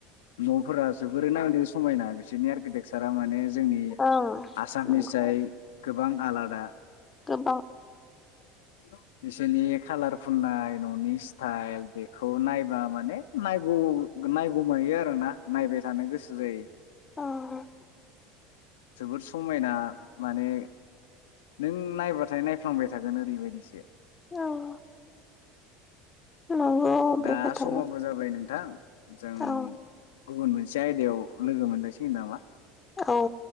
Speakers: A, on the left; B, on the left.
A: न'फोरा जोबोरै नायनो समायना बिसोरनि आर्किटेक्सारा माने जों
B: ओं
A: आसामनिसाय
B: नंगौ
A: गोबां आलादा
B: गोबां
A: हेलौ बिसोरनि खालार फुननाय न'नि स्टाइल बेखौ नायबा माने नायगौ नायगौमायो आरोना नायबाय थानो गोसो जायो।
B: अ'
A: जोबोद समायना माने नों नायबाथाय नायफ्लांबाय थागोन ओरैबायदिसो
B: औ नंगौ बे
A: दा
B: खोथाया
A: समावबो जाबाय नोंथां जों
B: औ
A: गुबुन मोनसे आयदायाव लोगो मोनलायसिगोन नामा
B: औ